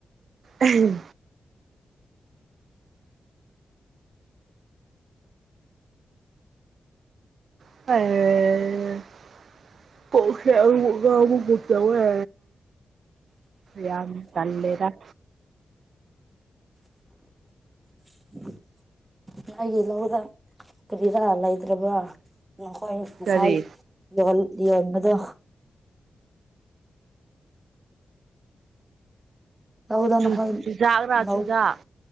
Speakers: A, on the right; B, on the right.
A: ꯑꯥꯍꯝ <unintelligible> ꯀꯣꯛꯁꯦ ꯑꯃꯨꯃꯨꯛ ꯉꯥꯎꯕꯒꯨ ꯇꯧꯋꯦ ꯌꯥꯝ ꯇꯜꯂꯦꯗꯥ
B: <inaudible> ꯅꯑꯩꯒꯤ ꯂꯧꯗꯥ ꯀꯔꯤꯔꯥ ꯂꯩꯇ꯭ꯔꯥꯕ ꯅꯣꯈꯣꯏ ꯉꯁꯥꯏ
A: ꯀꯔꯤ
B: ꯗꯣꯟ ꯌꯦꯡꯕꯗꯣ ꯂꯧꯗ
A: ꯆꯨꯖꯥꯛꯔꯥ
B: ꯅꯈꯣꯏ ꯂꯧ
A: ꯆꯨꯖꯥꯛ